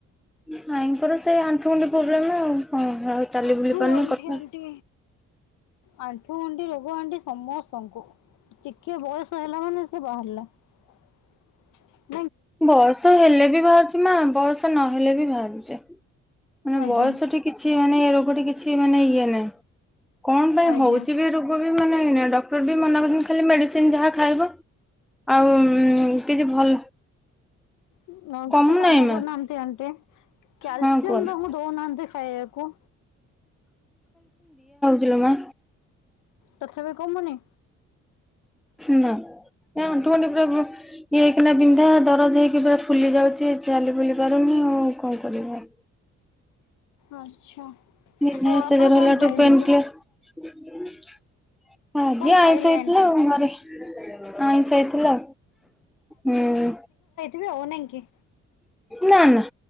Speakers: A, in the centre; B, on the left.
A: ଭାଇଙ୍କର ସେଇ ଆଣ୍ଠୁ ଗଣ୍ଠି ପ୍ରୋବ୍ଲେମ ଆଉ। ହଁ ଆଉ ଚାଲି
B: ଆଣ୍ଠୁ
A: ବୁଲି ପାରୁନି
B: ଗଣ୍ଠି
A: କଥା
B: ଆଣ୍ଟି ଆଣ୍ଠୁ ଗଣ୍ଠି ରୋଗ ଆଣ୍ଟି ସମସ୍ତଙ୍କୁ ଟିକେ ବୟସ ହେଲା ମାନେ ସେ ବାହାରିଲା <inaudible>
A: ବୟସ ହେଲେ ବି ବାହାରୁଛି ନା ବୟସ ନହେଲେ ବି ବାହାରୁଛି। ମାନେ
B: ଆଜ୍ଞା
A: ବୟସ ଠି କିଛି ମାନେ ଏ ରୋଗଟି କିଛି ମାନେ ଇଏ ନାହିଁ। କଣ ପାଇଁ
B: ଆଜ୍ଞା।
A: ହଉଛି ବି ରୋଗ ବି ବ ମାନେ ଡ଼କ୍ଟର ବି ମନା କରିଚନ୍ତି ଖାଲି ମେଡିସିନ ଯାହା ଖାଇବ ଆଉ କିଛି ଭଲ
B: ଉଁ ନ
A: କମୁନାହିଁ
B: ଗୋଟେ କାମ
A: ମା
B: କରୁନାହାନ୍ତି ଆଣ୍ଟି କ୍ୟାଲସିୟମ୍
A: ହଁ କୁହନ୍ତୁ।
B: ତାଙ୍କୁ ଦୋଉନାହାନ୍ତି ଖାଇଆକୁ।
A: ଝିଲ ମା
B: ତଥାପି କମୁନି?
A: ନା ଏମତି ଖାଲି ପ୍ରେମ। ସ୍ତ୍ରୀ ହେଇକିନା ଦିନେ ତ ଦରଜ ହେଇକି ପୁରା ଫୁଲି ଯାଉଚି। ଚାଲି ବୁଲି ପାରୁନି ଆଉ କଣ କରିବ।
B: ଆଚ୍ଛା।
A: <unintelligible>
B: ଓ
A: ଧଇଲା
B: ଆପଣ କଣ ଖାଇଲେ
A: ଠୁ ପେନ୍
B: ଯେ
A: କ୍ଲିୟର୍ <unintelligible> ଆଜି
B: କଣ ଖାଇଲେ
A: ଆଇଁଷ ହେଇଥିଲା
B: ଆଣ୍ଟି?
A: ଆଉ ଘରେ। ଆଇଁଷ ହେଇଥିଲା ହୁଁ,।
B: ଏ ଅ, ନାହିଁ କି।
A: ନା, ନା।